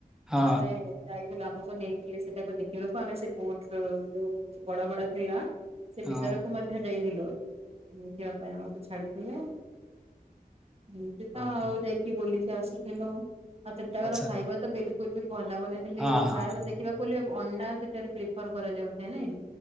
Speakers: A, in the centre; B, on the right (about 40°).
A: ହଁ
B: ଆମେ ଯାଇଥିଲେ ଆମକୁ ନେଇଥିଲେ, ସେଟାକୁ ଦେଖିବାକୁ ଆମେ ସେ ବୋଟ ଯୋଉ ବଡ ବଡ ଥିଲା। ସେ
A: ହଁ।
B: ଭିତରକୁ ମଧ୍ୟ ଯାଇଥିଲୁ, ଦେଖିବା ପାଇଁ ଆମକୁ ଛାଡିଥିଲେ। ଏମିତି
A: ହଁ
B: ତ ଆଉ
A: ହଁ
B: ଯାଇକି ବୁଲିକି ଆସିଥିଲୁ। ଆଉ ସେଠାକାର
A: ଆଚ୍ଛା
B: ଖାଇବା ବିଲକୁଲ ବି ଭଲ ବନେଇଥିଲି,
A: ହଁ
B: ପ୍ରାୟତଃ
A: ହଁ।
B: ଦେଖିବାକୁ ଗଲେ ଅଣ୍ଡା ସେଠାରେ ପ୍ରିଫର କରାଯାଉଥାଏ ନାଇଁ।